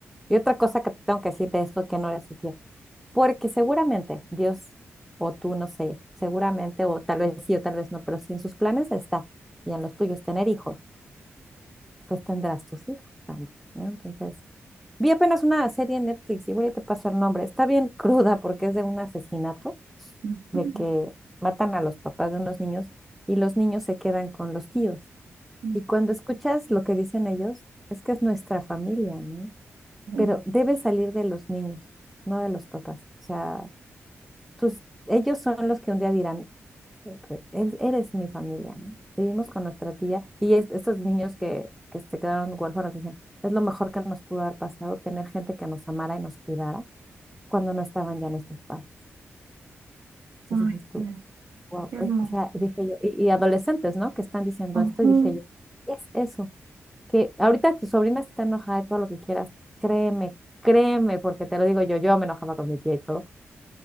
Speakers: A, in the centre; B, on the right.
A: y otra cosa que tengo que decir de esto que no eres su tía. Porque seguramente Dios o tú, no sé, seguramente, o tal vez sí o tal vez no, pero si en sus planes está y en los tuyos tener hijos, pues tendrás tus hijos también, ¿no? Entonces, vi apenas una serie en Netflix y ahorita te paso el nombre. Está bien cruda porque es de un asesinato,
B: Ujú.
A: de que matan a los papás de unos niños y los niños se quedan con los tíos.
B: Mm,
A: Y cuando escuchas lo que dicen ellos, es que es nuestra familia, ¿no?
B: bueno.
A: Pero debe salir de los niños, no de los papás. O sea, tus, ellos son los que un día dirán, eres, eres mi familia, ¿no? Vivimos con nuestra tía y es- estos niños que, que se quedaron huérfanos dicen, es lo mejor que nos pudo haber pasado tener gente que nos amara y nos cuidara cuando no estaban ya nuestros padres. Entonces
B: Ay,
A: dices tú,
B: ay,
A: wow,
B: qué hermoso.
A: o sea, dije yo, y, y adolescentes, ¿no? Que están diciendo
B: Ujú.
A: esto y dije yo, es eso, que ahorita tu sobrina está enojada y todo lo que quieras, créeme, créeme, porque te lo digo yo, yo me enojaba con mi tía y todo